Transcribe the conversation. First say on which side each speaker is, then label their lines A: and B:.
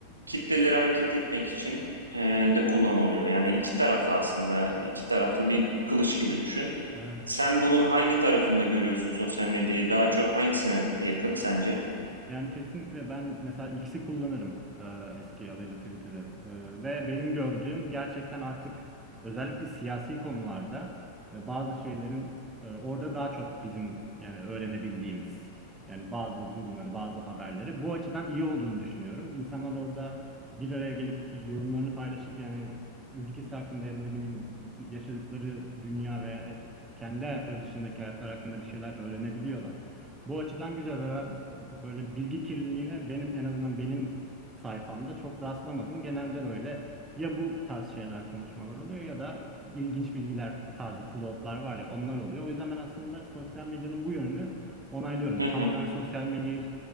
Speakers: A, on the right; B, on the right.
A: kitleleri hareket etmek için e, de kullanılıyor. Yani iki taraflı aslında, iki taraflı bir kılıç gibi düşün.
B: Evet.
A: Sen bunun hangi tarafında görüyorsun sosyal medyayı? Daha çok hangisine yakın sence?
B: Yani kesinlikle ben mesela X'i kullanırım e, eski adıyla Twitter'ı E, ve benim gördüğüm gerçekten artık özellikle siyasi konularda e, bazı şeylerin e, orada daha çok bizim yani öğrenebildiğimiz yani bazı durumları bazı haberleri bu açıdan iyi olduğunu düşünüyorum. İnsanlar orada bir araya gelip yorumlarını paylaşıp yani ülkesi hakkında ya da ne bileyim yaşadıkları dünya veya e, kendi hayatları dışındaki hayatlar hakkında bir şeyler öğrenebiliyorlar. Bu açıdan güzel ve ben böyle bilgi kirliliğine benim en azından benim sayfamda çok rastlamadım. Genelde böyle ya bu tarz şeyler konuşmalar oluyor ya da ilginç bilgiler tarzı floatlar var ya onlar oluyor. O yüzden ben aslında sosyal medyanın bu yönünü onaylıyorum.
A: Hı hı,
B: Tamamen sosyal medyayı